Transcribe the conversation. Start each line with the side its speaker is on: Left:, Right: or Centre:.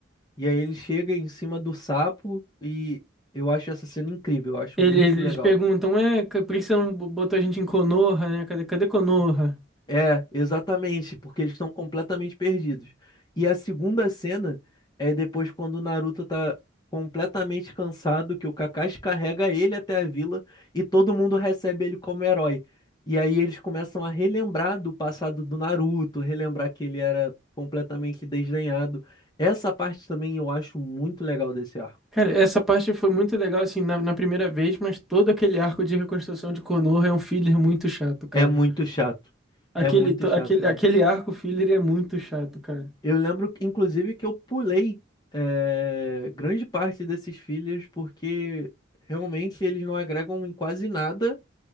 Left: E aí ele chega em cima do sapo e eu acho essa cena incrível, eu acho
Centre: Ele-
Left: muito
Centre: Eles
Left: legal.
Centre: perguntam, é, ca- por que você não botou a gente em Konoha, né? Cadê, cadê Konoha?
Left: É, exatamente, porque eles estão completamente perdidos. E a segunda cena é depois quando o Naruto tá completamente cansado, que o Kakashi carrega ele até a vila e todo mundo recebe ele como herói. E aí eles começam a relembrar do passado do Naruto, relembrar que ele era completamente desdenhado. Essa parte também eu acho muito legal desse arco.
Centre: Cara, essa parte foi muito legal, assim, na, na primeira vez, mas todo aquele arco de reconstrução de Konoha é um filler muito chato, cara.
Left: É muito chato.
Centre: Aquele,
Left: É muito
Centre: to-
Left: chato
Centre: aquele,
Left: mesmo.
Centre: aquele arco filler é muito chato, cara.
Left: Eu lembro, inclusive, que eu pulei eh, grande parte desses fillers porque realmente eles não agregam em quase nada